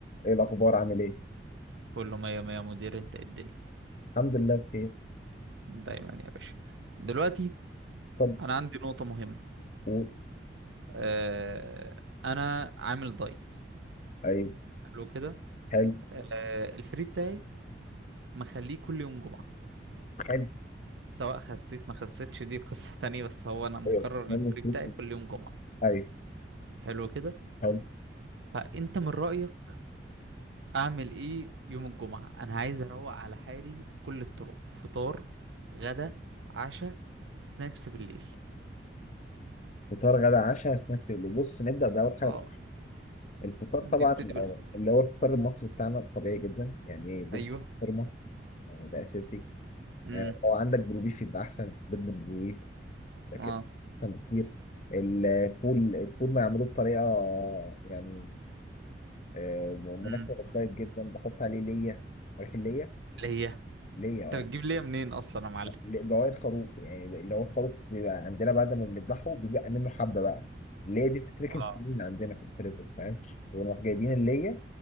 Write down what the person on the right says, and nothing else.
كله مية مية مدير انت ايه الدنيا
دايما يا باشا دلوقتي
انا عندي نقطة مهمة
آه انا عامل دايت
حلو كده
آه الفري بتاعي مخليه كل يوم جمعة
سواء خسيت ما خسيتش دي قصة تانية بس هو انا مقرر
ان الفري
بتاعي
كل يوم جمعة
حلو كده
فانت من رأيك اعمل ايه يوم الجمعة انا عايز اروق على حالي بكل الطرق فطار غدا عشا سناكس بالليل
اه
نبتدي
بالفطار
ايوه
مم.
اه
امم
اللي هي
انت بتجيب ليا منين اصلا يا معلم
اه